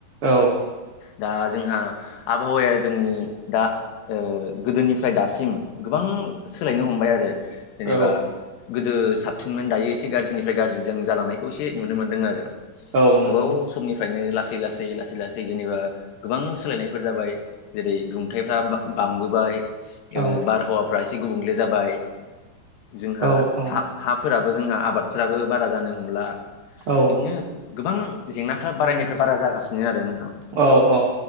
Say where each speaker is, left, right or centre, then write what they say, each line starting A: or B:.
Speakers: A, on the right; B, on the left.
A: औ
B: दा जोंहा आबहावाया जोंनि दा गोदोनिफ्राय दासिम गोबां सोलायनो हमबाय आरो जेनेबा
A: औ
B: गोदो सा साबसिनमोन दायो एसे गाज्रिनिफ्राय गाज्रि जों जालांनायखौ एसे नुनो मोनदों आरो
A: औ नंगौ
B: गोबाव समनिफ्रायनो लासै लासै लासै लासै जेनेबा गोबां सोलायनायफोर जाबाय जेरै दुंथाइफ्रा बांबोबाय ओ
A: औ
B: बारहावाफ्रा एसे गुबुंले जाबाय जोंहा
A: औ औ
B: हा- हाफोराबो जोंहा आबादफोराबो बारा जानो हमला
A: औ
B: बिदिनो गोबां जेंनाफ्रा बारायनिफ्राय बारा जागासिनो आरो नोंथां
A: औ औ